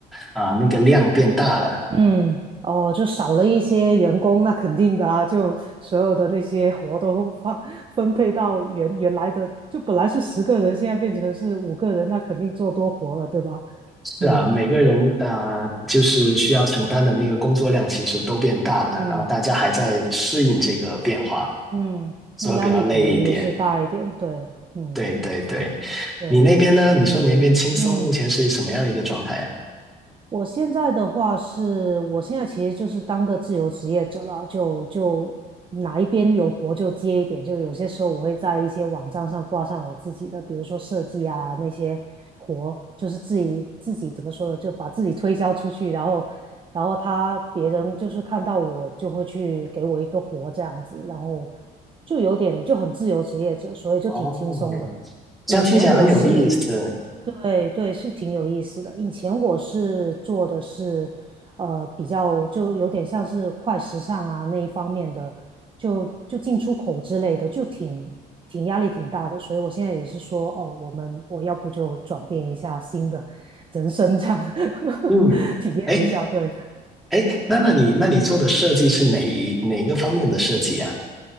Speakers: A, in the centre; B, on the right.
A: 啊、那个量变大了。
B: 嗯，哦，就少了一些员工，那肯定的啊，就所有的那些活都放分配到原原来的，就本来是十个人，现在变成是五个人，那肯定做多活了，对吧？
A: 是啊，
B: 嗯
A: 每个人啊、就是需要承担的那个工作量其实都变大了，
B: 嗯
A: 然后大家还在适应这个变化，
B: 嗯，
A: 所以会比较累一点。
B: 那压力可能也是大一点，对，嗯
A: 对对对，
B: 对。
A: 你那边呢？你说你那边轻松，
B: 嗯。
A: 目前是什么样一个状态呀、
B: 我现在的话是，我现在其实就是当个自由职业者了，就就哪一边有活就接一点，就有些时候我会在一些网站上挂上我自己的，比如说设计啊那些活，就是自己自己怎么说呢，就把自己推销出去，然后然后他别人就是看到我就会去给我一个活这样子，然后就有点就很自由职业者，所以就挺轻松的。
A: 哦，这样听起来很有意思。
B: 以前我是，对对，是挺有意思的。以前我是做的是，呃，比较就有点像是快时尚啊那一方面的，就就进出口之类的，就挺挺压力挺大的。所以我现在也是说，哦，我们我要不就转变一下新的 <laughs> 人生这样，
A: 嗯，
B: <laughs> 体验一下，
A: 哎
B: 对。
A: 哎，那那你那你做的设计是哪一哪一个方面的设计啊？
B: 嗯。